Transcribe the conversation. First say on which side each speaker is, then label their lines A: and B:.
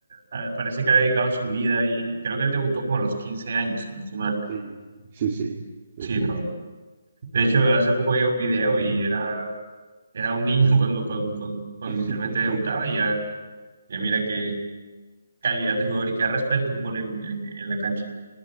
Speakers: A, on the right; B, on the right.
A: eh, parece que ha dedicado su vida y creo que él debutó como a los 15 años, si no estoy mal.
B: sí, sí, sí, sí,
A: Sí,
B: sí.
A: no. De hecho, hace poco vi un video y era, era un niño <laughs> cuando, cuando, cuando- cuando
B: <laughs>
A: inicialmente debutaba y ya, ya mira qué calidad de jugador y qué respeto impone en, en en la cancha.